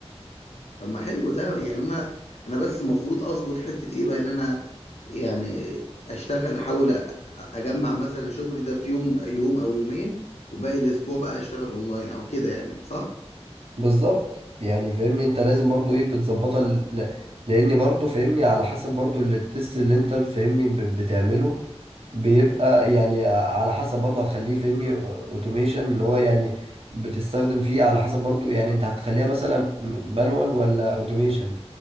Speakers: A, on the left; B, on the right.
A: طب ما حلو ده يعني انا انا بس المفروض اظبط حته ايه بقى ان انا يعني اشتغل احاول أ- اجمع مثلا شغلي ده في يوم يوم او يومين وباقي الاسبوع بقى اشتغل اونلاين او كده يعني صح
B: بالظبط يعني فاهمني انت لازم برضو ايه بتظبطها ل... ل- لان برضو فاهمني على حسب برضو ال- التست اللي انت فاهمني ب... بتعمله بيبقى يعني على حسب برضو هتخليه فاهمني اوتوميشن اللي هو يعني بتستخدم فيه على حسب برضو يعني انت هتخليها مثلا مانوال ولا اوتوميشن